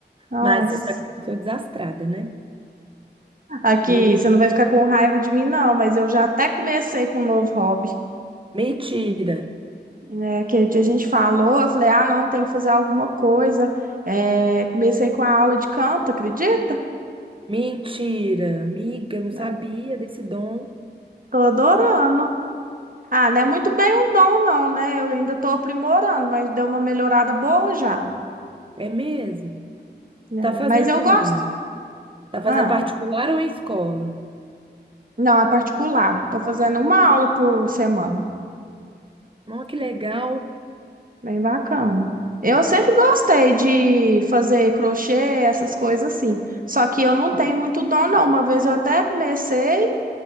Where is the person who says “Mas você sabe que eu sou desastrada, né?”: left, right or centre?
Right